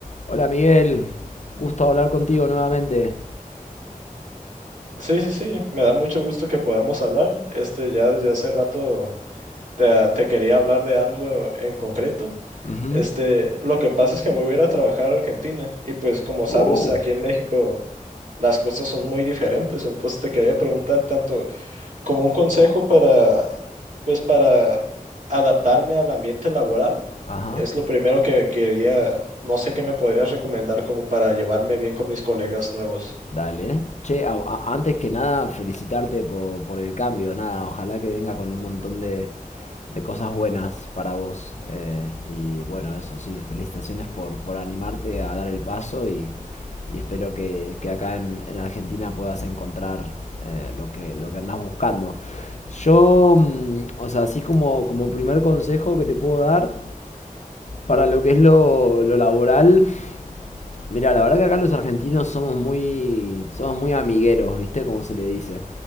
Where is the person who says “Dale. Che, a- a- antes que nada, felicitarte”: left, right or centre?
Left